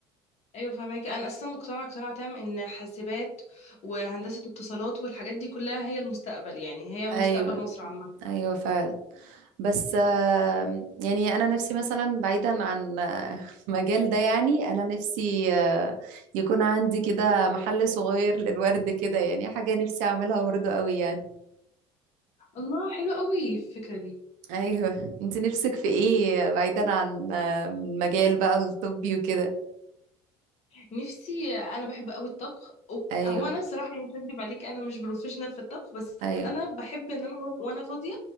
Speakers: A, on the left; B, on the right.
A: ايوه فهماكي انا اساسا مقتنعه اقتناع تام ان حاسبات وهندسه اتصالات والحاجات دي كلها هي المستقبل يعني هي مستقبل
B: ايوه
A: مصر عامه
B: ايوه فعلا بس آه، يعني انا نفسي مثلا بعيدا عن آه، <laughs> المجال ده يعني انا نفسي آه، يكون عندي كده محل صغير للورد كده يعني حاجة نفسي اعملها برضه قوي يعني
A: الله حلو قوي الفكره دي
B: ايوه انت نفسك في ايه بعيدا عن آه، المجال بقى الطبي وكده
A: نفسي انا بحب قوي الطبخ أوك-
B: ايوه
A: هو انا صراحه يعني مش هكدب عليك انا مش بروفيشنال في الطبخ بس
B: ايوه
A: انا بحب ان انا و- وانا فاضيه